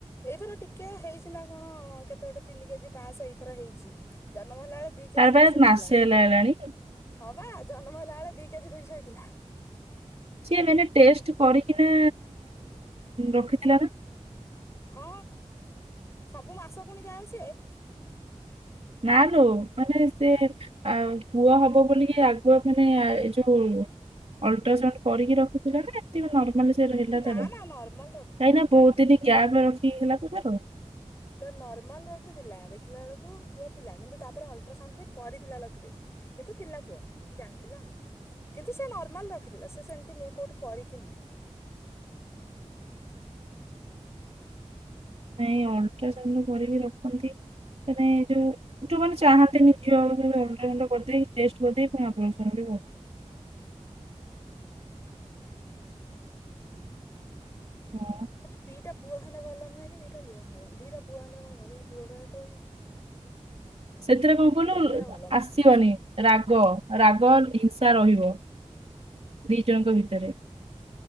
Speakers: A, on the left (about 20°); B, on the right (about 55°).
A: ଏଇଥର ଟିକେ ହେଇଛି ନା କଣ କେତେ ଗୋଟେ ତିନି କେଜି ପାଞ୍ଚଶହ ଏଇଥର ହେଇଛି। ଜନମ ହେଲା ବେଳେ ଦି
B: ତାର
A: କେଜି
B: ବା
A: ଦୁଇଶହ ହେଇଥିଲା।
B: ମାସେ ହେଲା ହେଲାଣି
A: ହଁ ବା ଜନମ ହେଲା ବେଳେ ଦି କେଜି ଦୁଇଶହ ହେଇଥିଲା।
B: ସିଏ ମାନେ ଟେଷ୍ଟ କରିକିନା ରଖିଥିଲା ନା?
A: ହଁ ସବୁ ମାସ ଫୁଣି ଯାଏ ସିଏ।
B: ନା ଲୋ ମାନେ ସେ ଆଉ ପୁଅ ହବ ବୋଲି ଆଗୁଆ ମାନେ ଏଯୋଉ ଅଲ୍‌ଟ୍ରାସାଉଣ୍ଡ କରିକି ରଖିଥିଲା ନା ଏମତି ନର୍ ମାନେ ସେ ର ହେଲା
A: ନା
B: ତାର କାହିଁକି
A: ନା ନର୍ମାଲ ରଖିଥିଲା।
B: ନା ବହୁତ ଦିନ ଗ୍ୟାପ୍ ରଖିକି ହେଲା ତ ତାର।
A: ତା ନର୍ମାଲ ରଖିଥିଲା ଦେଖିଲା ବେଳକୁ ପୁଅ ଥିଲା କିନ୍ତୁ ତାପରେ ଅଲ୍‌ଟ୍ରାସାଉଣ୍ଡ ବି କରିଥିଲା ଲକି ଦେଇ। କିନ୍ତୁ ଥିଲା ପୁଅ ଜାଣିଥିଲା ଆଉ। କିନ୍ତୁ ସେ ନର୍ମାଲ ରଖିଥିଲା ସେ ସେମିତି ନୁହେଁ। କୋଉଠିି କରିକି ନୁହେଁ।
B: ନାଇଁ ଅଲଟ୍ରାସାଉଣ୍ଡ କରିକି ରଖନ୍ତି। ମାନେ ଏ ଯୋଉ ଯୋଉମାନେ ଚାହାନ୍ତିନି ଝିଅ ହୋଉ ବୋଲି ଅଲଟ୍ରାସାଉଣ୍ଡଟା କରିଦେଇ ଟେଷ୍ଟ କରିଦେଇ ପୁଣି ଅପରେସନ୍ ବି ହେଉଚନ୍ତି। ହଁ।
A: ଆରେ ଦିଟା ପୁଅ ହେନେ ଭଲ ନୁହେଁ କି ଦିଟା ଝିଅ ହେନେ ଭଲ ନୁହେଁ। ଦିଟା ପୁଅ ହେନେ କଣ ଭଲ କି ପୁଅଟା କୋଉ <unintelligible>
B: ସେଥିରେ କଣ କହିଲୁ
A: ପୁଅ ହେରା ଭଲ ନୁହେଁ
B: ଆସିବନି। ରାଗ-ରାଗ ହିଂସା ରହିବ। ଦି ଜଣଙ୍କ ଭିତରେ